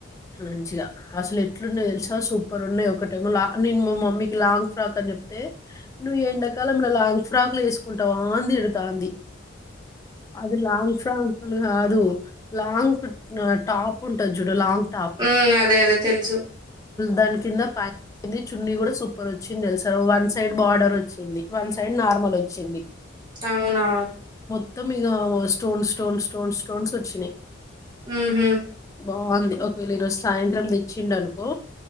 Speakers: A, on the left; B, on the right.
A: మంచిగా అసలు ఎట్లున్నాయో తెలుసా సూపర్ ఉన్నాయి ఒక టైంలా నేను మా మమ్మీకి లాంగ్ ఫ్రాక్ అని చెప్తే నువ్వు ఎండాకాలంలో లాంగ్ ఫ్రాక్లు వేసుకుంటావా అని తిడతాంది అది లాంగ్ ఫ్రాక్లు కాదు లాంగ్ టాప్ ఉంటది చూడు లాంగ్ టాప్
B: ఉమ్ అదే అదే తెలుసు
A: దాని కింద పంది చున్నీ కూడా సూపర్ వచ్చింది తెలుసా వన్ సైడ్ బార్డర్ వచ్చింది వన్ సైడ్ నార్మల్ వచ్చింది
B: అవునా
A: త్తం మిగా స్టోన్ స్టోన్ స్టోన్ స్టోన్స్ వచ్చినాయి
B: ఊహుమ్
A: బాగుంది ఒకవేళ ఈ రోజు సాయంత్రం తెచ్చిండు అనుకో